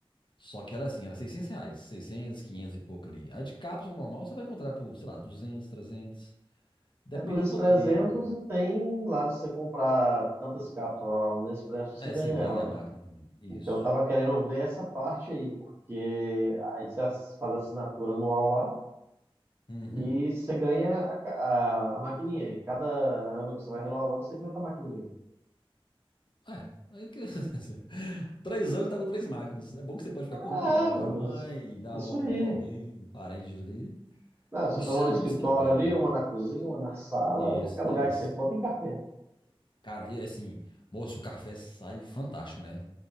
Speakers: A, on the left (about 55°); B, on the right (about 25°).
A: Só que ela, é assim, era 600 reais, 600, 500 e pouco ali. A de cápsula normal você vai encontrar por, sei lá, 200, 300. Depende
B: É duzentos
A: do modelo.
B: 300 e tem lá, se você comprar tantas cápsulas lá no Nespresso, você
A: É,
B: ganha
A: você ganha
B: ela,
A: a
B: né?
A: máquina também. Isso.
B: Então eu tava querendo ver essa parte aí, porque aí você ass- faz a assinatura anual lá
A: Uhum.
B: e você ganha a, ca- a, a maquininha. E cada ano que você vai renovando, você ganha outra maquininha.
A: É. Aí que- <laughs> Três anos tá com três máquinas. É bom que você pode ficar com
B: Ah,
A: uma, dar uma pra mãe, dar
B: isso
A: uma
B: aí.
A: pro- pra alguém, parente ali.
B: Não, você
A: Isso
B: põe uma
A: se ela
B: no escritório
A: não estragar,
B: ali,
A: né?
B: uma na cozinha, uma na sala,
A: Isso,
B: qualquer lugar
A: tem isso.
B: que você for tem café.
A: Cara, e assim, moço, o café sai fantástico, né?